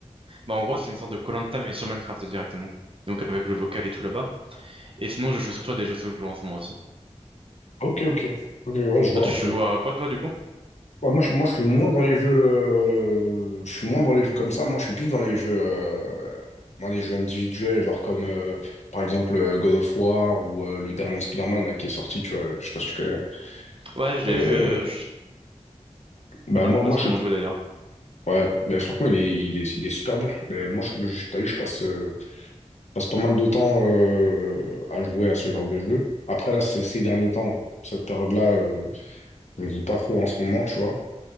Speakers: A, on the right; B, on the left.
A: Bah, en gros, c'est une sorte de koh mais sur Minecraft directement. Donc avec le vocal et tout là-bas. Et sinon, je joue surtout à des jeux solo en ce moment aussi.
B: Ok, ok. Ok, ouais, je vois
A: Toi, tu
B: un
A: joues
B: peu.
A: à quoi toi du coup?
B: Ouais, moi, je, moi, je suis moins dans les jeux, euh, je suis moins dans les jeux comme ça. Moi, je suis plus dans les jeux, euh, dans les jeux individuels, genre comme euh, par exemple euh, God of War ou euh, le dernier Spider-Man là, qui est sorti. Tu vois, je sais pas si tu connais.
A: Ouais, je l'ai
B: Euh,
A: vu. euh,
B: bah
A: J'ai pas mal
B: moi,
A: de potes
B: moi, je,
A: qui ont joué d'ailleurs.
B: ouais, mais franchement, il est, il est, il est super bien. Mais moi, je, je- t'as vu, je passe, euh, je passe pas mal de temps euh, à jouer à ce genre de jeu. Après là, ces, ces derniers temps, cette période-là, euh, je joue pas trop en ce moment, tu vois.